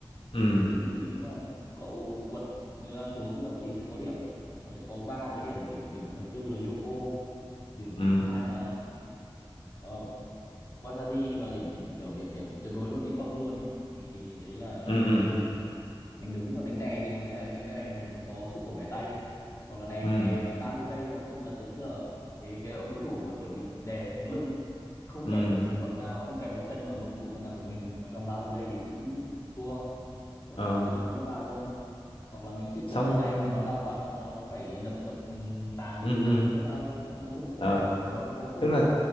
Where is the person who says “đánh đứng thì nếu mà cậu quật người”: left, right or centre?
Left